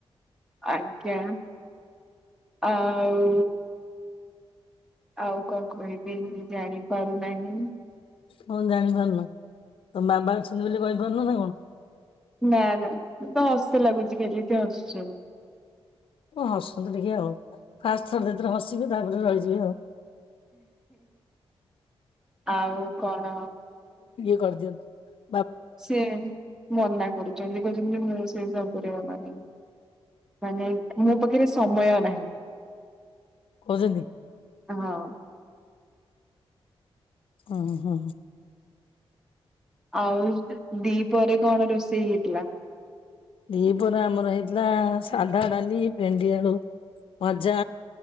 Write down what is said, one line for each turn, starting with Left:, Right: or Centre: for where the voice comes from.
Centre: ଆଜ୍ଞା ଆଉ ଆଉ କଣ କହିବି। ଜାଣିପାରୁନାହିଁ।
Left: ହଁ ଜାଣିପାରୁନୁ ତମ ବାବା ଅଛନ୍ତି ବୋଲି କହିପାରୁନୁ ନା କଣ?
Centre: ନାଁ ନାଁ ତ ହସ ଲାଗୁଛି ଖଲି ତ ହସଛନ୍ତି।
Left: ହଁ ହସନ୍ତୁ ଟିକେ ଆଉ ଫାଷ୍ଟ ଥରେ ଦିଥର ହସିବେ ତାପରେ ରହିଯିବେ ଆଉ।
Centre: ଆଉ କଣ?
Left: କରଦିଅନି
Centre: ସିଏ ମନା କରୁଛନ୍ତି କହୁଛନ୍ତି ମୋ ସେ ସବୁରେ ବ ନାହିଁ ମାନେ ମୋ ପାଖରେ ସମୟ ନାହିଁ।
Left: କହୁଛନ୍ତି।
Centre: ହଁ
Left: ହ ହୋ।
Centre: ଆଉ ଦିପହରେ କଣ ରୋଷେଇ ହେଇଥିଲା?
Left: ଦି ପହରେ ଆମର ହେଇଥିଲା ସାଧା ଡାଲି ଭେଣ୍ଡି ଆଳୁ ଭଜା